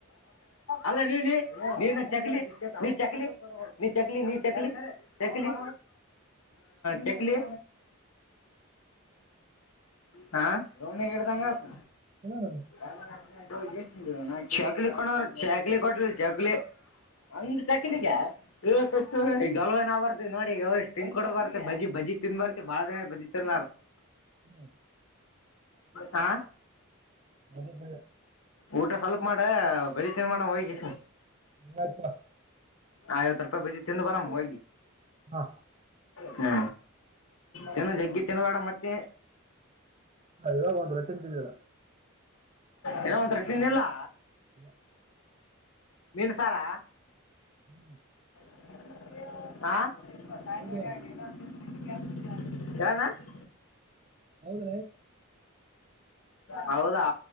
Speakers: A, on the left; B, on the right.
A: ಅಲ್ಲ ನೀ ನೀ ಚಕ್ಲಿ ನೀ ಚಕ್ಲಿ ನೀ ಚಕ್ಲಿ ನೀ ಚಕ್ಲಿ ಚಕ್ಲಿ ಚಕ್ಲಿ ಹಾ ರೋನಿಗೆ ಹಿಡ್ದಂಗ ಆತ
B: ಹ್ಮ್
A: <unintelligible> ಚಕ್ಲಿಟ್ ಕೊಟ್ರ ಚಕ್ಲಿ ಒಂದು ಚಕಲಿಗೆ ಲ್ವ ನ ಬರ್ತತಿವಿ ನೋಡಿ ಈ ಮೇಲ್ ತಿನ್ಕೊಂಡ್ಕೊ ಬರ್ತಿ ಬಜಿ ಬಜಿ ತಿಂದನ್ ಬರ್ತಿ ಬಾಳ ದಿನ ಬಜಿ ತಿನ್ಲಲಾರ
B: ಹ್ಮ
A: ಹಾ
B: ಮೆ
A: ಊಟ ಸ್ವಲ್ಪ ಮಾಡ ಬಜ್ಜಿ ತಿನ್ ಬರೋಣ್ ಹೋಗಿ
B: ಹಂಗಾಯ್ತು.
A: ಐವತ್ತು ರೂಪಾಯಿ ಬಜ್ಜಿ ತಿಂದ್ ಬರೋಣ ಹೋಗಿ
B: ಹಾ
A: ಹ್ಮ ತಿನ್ನು ಜಗ್ಗಿ ತಿನ್ಬೇಡ ಮತ್ತೆ
B: ಇವಾಗ ಒಂದ್ ರೊಟಿನ್ ತಿಂದಿಲ್ಲ
A: ಏನೋ ಒಂದು ರೊಟ್ಟಿ ಇದೆಲ್ಲಾ
B: ಹ
A: ಮೀನು ಸಾರಾ
B: ಹ್ಮ್
A: ಹ
B: ಹೌದು ಹೌದ
A: ಹೌದಾ